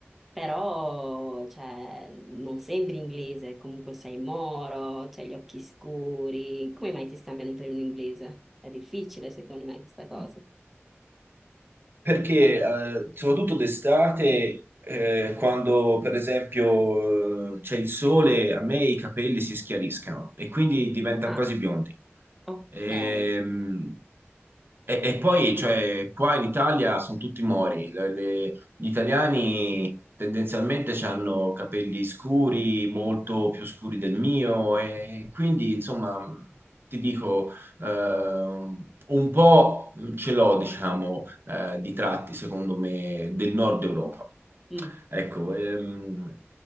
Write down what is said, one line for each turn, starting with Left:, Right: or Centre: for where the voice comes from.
Centre: però cioè, non sembri inglese, comunque sei moro, c'hai gli occhi scuri, come mai ti scambiano per un inglese? È difficile secondo me questa cosa.
Right: Perché eh, soprattutto d'estate, eh, quando per esempio eh, c'è il sole, a me i capelli si schiariscano e quindi diventano
Centre: Ah,
Right: quasi biondi.
Centre: ok,
Right: Ehm,
Centre: eh,
Right: e, e poi, cioè, qua in Italia sono tutti mori, Le- le- gli italiani tendenzialmente hanno capelli scuri, molto più scuri del mio, e quindi, insomma, ti dico, ehm, un po' ce l'ho, diciamo, eh, di tratti, secondo me, del nord Europa.
Centre: mm,
Right: Ecco, ehm,